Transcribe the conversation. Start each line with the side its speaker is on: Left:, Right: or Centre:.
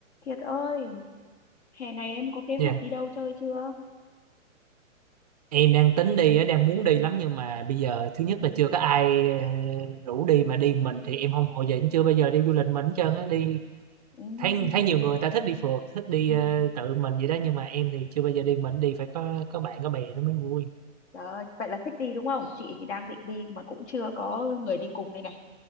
Left: Kiệt ơi, hè này em có kế
Right: Dạ,
Left: hoạch đi đâu chơi chưa?
Right: Em đang tính đi, á, đang muốn đi lắm nhưng mà bây giờ thứ nhất là chưa có ai ờ, rủ đi mà đi mình thì em không hồi giờ em chưa bao giờ đi du lịch mình hết trơn á đi
Left: Ừ,
Right: thấy thấy nhiều người ta thích đi phượt thích đi
Left: ừm,
Right: ờ, tự mình vậy đó nhưng mà em thì chưa bao giờ đi mình đi phải có có bạn có bè nó mới vui
Left: Trời ơi, vậy là thích đi đúng không? Chị thì đang định đi mà cũng chưa có người đi cùng đây này.